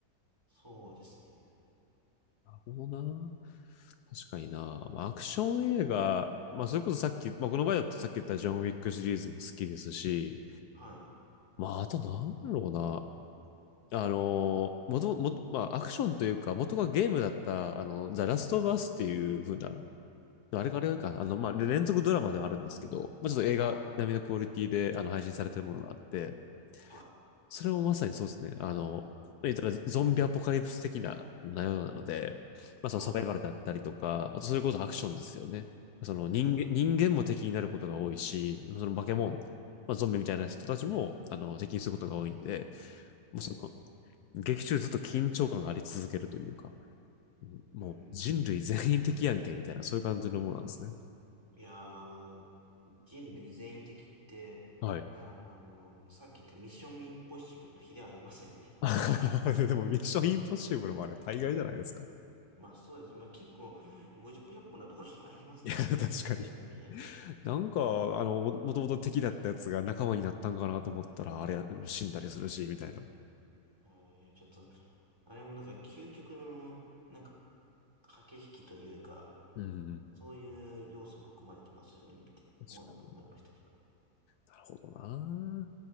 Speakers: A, on the right; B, on the left.
A: そうですね。
B: なるほどな。確かにな。まあ、アクション映画、まあ、それこそさっき、まあ、この場合だとさっき言ったジョン・ウィックシリーズも好きですし、
A: はい。
B: まあ、あとなんだろうな。あのもともと、まあ、アクションというか、元がゲームだった、あの、ザ・ラスト・バスっていう風なあれかあれか、あの、まあ、連続ドラマではあるんですけど、まあ、ちょっと映画並みのクオリティであの配信されてるものがあって、
A: はい。はい。
B: それもまさにそうですね、あの、言ったらゾンビアポカリプス的な内容なので、まあ、そのサバイバルだったりとか、
A: はい。
B: あとそれこそアクションですよね。その人間人間も敵になることが多いし、
A: はい。
B: その化け物、まあ、ゾンビみたいな人たちもあの敵にすることが多いんで、もうその
A: はい。
B: 劇中ずっと緊張感があり続けるというか、もう人類全員敵やんけみたいな、
A: うん。
B: そういう感じのものなんですね。
A: いやー、あの、人類全員的って、
B: はい。
A: あーあの、さっき言ったミッションインポッシブルの比ではありませんね。
B: <laughs> でも、ミッションインポッシブルもあれ、大概じゃないですか。
A: まあそうですね。まあ結構、50分1っ0分なところもありますよね。
B: いや、確かに。
A: 言われてみれば。
B: なんか、あの、ももともと敵だったやつが仲間になったんかなと思ったら、あれ、死んだりするし、みたいな。
A: はい、いや、ちょっと、あれもなんか究極の、なんか、駆け引きというか、
B: うん。
A: そういう要素も含まれてますよね、見て思い、
B: 確かに
A: 思いましたけど。
B: なるほどな。